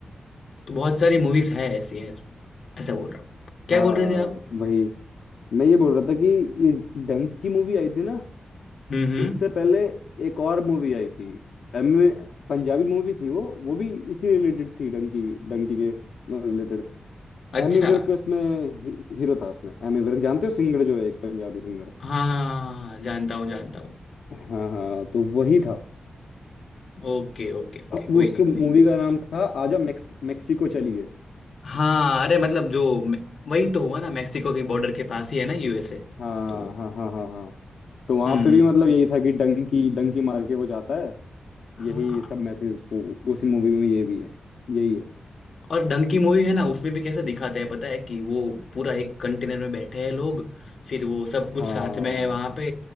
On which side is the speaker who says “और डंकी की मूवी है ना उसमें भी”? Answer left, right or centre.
Left